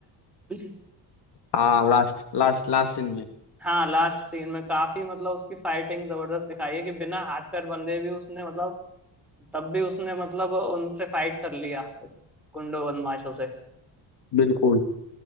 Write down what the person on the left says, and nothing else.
हाँ लास्ट लास्ट लास्ट सीन में
बिल्कुल